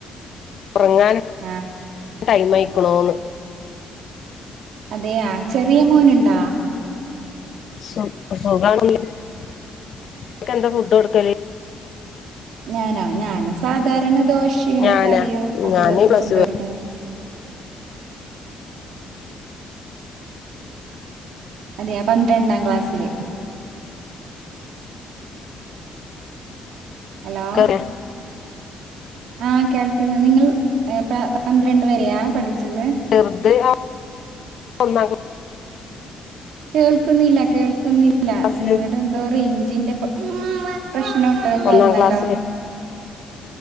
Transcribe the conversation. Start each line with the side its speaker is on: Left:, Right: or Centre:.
Left: ഉറങ്ങാൻ
Right: ആഹ്
Left: ടൈം ആയ്ക്ക്ണോന്ന്
Right: അതെയാ ചെറിയ മോന്ണ്ടാ
Left: സു സുഖാണല്ലോ <inaudible> ന്താ ഫുഡോടുക്കല്ന്ന്
Right: ഞാനാ ഞാന് സാധാരണ ദോശയും
Left: ഞാനാ
Right: കറിയും അതുപോൽത്തെ
Left: ഞാന് പ്ലസ്
Right: ഫുഡ് കൊടുക്കും അതെയാ പന്ത്രണ്ടാം ക്ലാസ്സില് ഹലോ
Left: ടു
Right: ആഹ് കേൾക്ന്ന് നിങ്ങൾ പന്ത്രണ്ട് വരെയാ പഠിച്ചത്
Left: ചെർത് <inaudible> ഒന്നാം ക്ല
Right: കേൾക്കുന്നില്ല കേൾക്കുന്നി ഇല്ല
Left: ക്ലാസ്സില്
Right: നിങ്ങളുടെ എന്തോ റേഞ്ചിന്റെ പ്രശ്നം ഉണ്ട്ന്ന് തോന്നുന്നല്ലോ
Left: ഒന്നാം ക്ലാസ്സില്